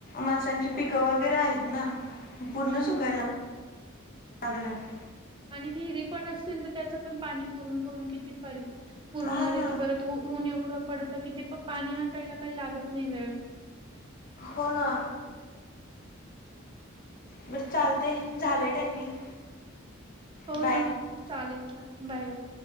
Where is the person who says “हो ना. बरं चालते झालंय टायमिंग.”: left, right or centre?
Left